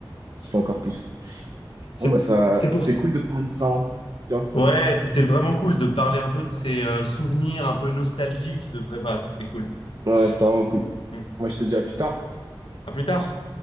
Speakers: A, on the right; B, on the left.
A: kiffait encore plus.
B: C'est,
A: Bon, bah ça,
B: c'est
A: c'était
B: pour... s-
A: cool de te parler de ça. hein. Bien.
B: Ouais, c'était vraiment cool de parler un peu de ces euh, souvenirs un peu nostalgiques de prépa. C'était cool.
A: Ouais, c'était vraiment cool.
B: Mm.
A: Moi, je te dis à plus tard.
B: À plus tard.